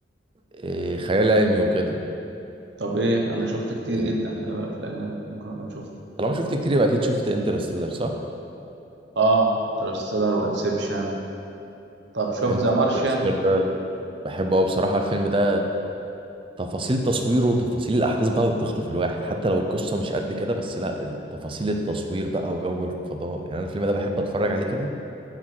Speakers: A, on the right; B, on the right.
A: إيه خيال علمي وكده
B: طب ايه انا شفت كتير
A: إيه
B: جدا خلي بالك في الاجنبي ممكن اكون شفته
A: طالما شفت كتير يبقى أكيد شفت انترستيلر صح؟
B: اه انترستيلر وانسبشن طب شفت
A: انترستيلر
B: ذا مارشيان
A: ده بحبه أوي بصراحة الفيلم ده تفاصيل تصويره وتفاصيل الأحداث بتاعته بتخطف الواحد حتى لو القصة مش قد كده بس لا تفاصيل التصوير بقى وجو الفضاء يعني أنا الفيلم ده بحب أتفرج عليه كده